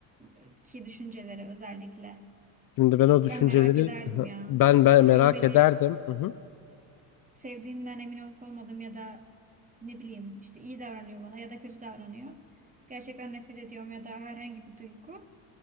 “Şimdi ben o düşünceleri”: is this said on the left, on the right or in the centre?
Left